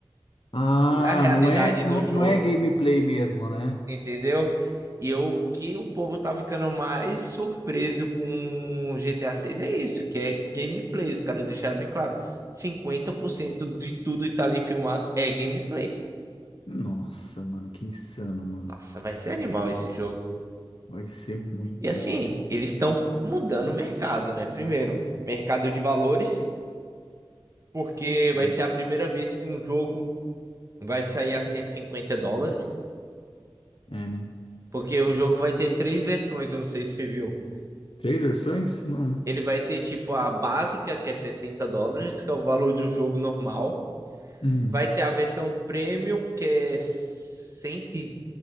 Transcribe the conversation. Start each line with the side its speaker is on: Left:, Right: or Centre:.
Left: Ah,
Right: Não é a realidade
Left: não é, não,
Right: do jogo,
Left: não é gameplay mesmo, né?
Right: entendeu? E o que o povo tá ficando mais surpreso com o GTA 6 é isso, que é gameplay. Os caras deixaram bem claro: Cinquenta por cento de tudo que tá ali filmado é gameplay.
Left: Nossa, mano, que insano, mano.
Right: Nossa, vai ser animal esse jogo.
Left: Vai ser muito.
Right: E assim, eles estão mudando o mercado, né? Primeiro, mercado de valores, porque
Left: É,
Right: vai ser a primeira vez que um jogo vai sair a 150 dólares,
Left: é, né?
Right: porque o jogo vai ter três versões, eu não sei se você viu.
Left: Três versões? Não.
Right: Ele vai ter tipo a básica, que é 70 dólares, que é o valor do jogo normal.
Left: Hum.
Right: vai ter a versão premium, que é cento e